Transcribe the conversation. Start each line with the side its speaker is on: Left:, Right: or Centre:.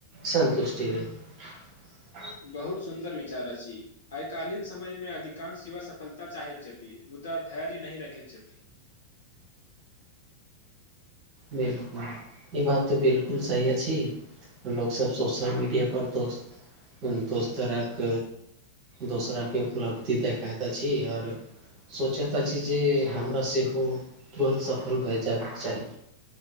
Right: सन्तुष्टि रह
Left: बहुत सुन्दर वि रची आइकालिक समय मे अधिकांश युवा सफलता चाहैत छथि मुदा धैर्य नहि रखैत चती
Right: बिलकुल ई बात तऽ बिलकुल सही अछि लोक सब सोशल मीडिया पर दोस्त दोस्तरक दोसराके उपलब्धि देखइत छी आओर सोचइत छि जे हमरा सेहो तुरन्त सफल भए जायबाक चाही